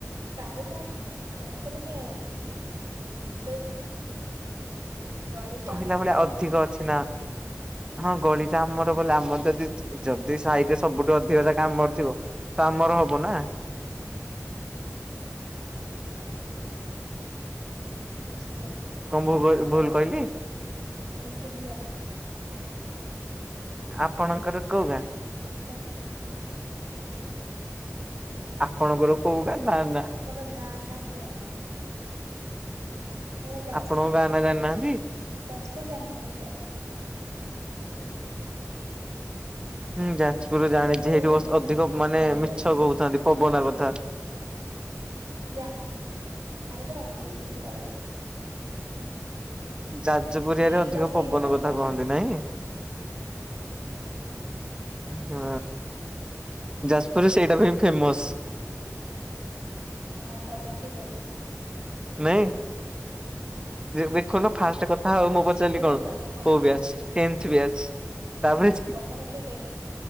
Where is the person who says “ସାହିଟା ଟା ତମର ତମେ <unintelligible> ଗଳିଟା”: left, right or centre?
Right